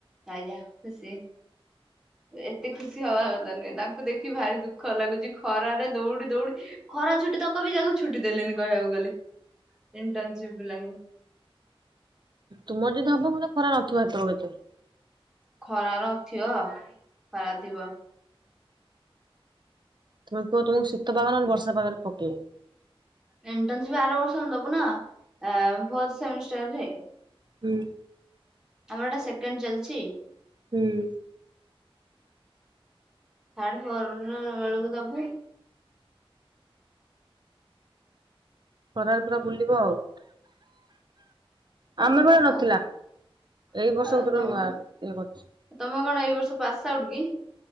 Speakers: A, in the centre; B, on the right.
A: ଆ ଖୁସି। ଏତେ ଖୁସି ହବା କଥା ନୁହେଁ ତାଙ୍କୁ ଦେଖି ଭାରି ଦୁଃଖ ଲାଗୁଛି। ଖରାରେ ଦୌଡି ଦୌଡି ଖରା ଛୁଟି ତକ ବି ତାକୁ ଛୁଟି ଦେଲେନି କହିବାକୁ ଗଲେ ଇଣ୍ଟର୍ନସିପ୍ ପିଲାଙ୍କୁ।
B: ତୁମର ଯଦି ହବ ମୋତେ ଖରା ନଥିବ ଏତବେଳକେ।
A: ଖରା ନଥିବ ଖରା ଥିବ।
B: ତୁମେ କୁହ ତମକୁ ଶୀତ ପାଗ ବରଷା <unintelligible>
A: ଇଣ୍ଟର୍ନସିପ୍ ଆର ବର୍ଷ ଦବୁ ନା ଆ ଫୋର୍ଥ ସେମିଷ୍ଟର ରେ।
B: ହୁଁ।
A: ଆମର ଗୋଟା ସେକେଣ୍ଡ ଚାଲିଛି।
B: ହୁଁ।
A: ଥାଡ ଫୋର ବେଳକୁ ଦବୁ।
B: ଖରାରେ ପୁରା ବୁଲିବ ଆଉ
A: ହଉ
B: ଆମେ ବେଳେ ନଥିଲା ଏଇ
A: ହଉ
B: ବର୍ଷକୁତର ନୂଆ ଇଏ କରୁଛି।
A: ତମେ କଣ ଏଇ ବର୍ଷ ପାସ୍ ଆଉଟ କିି?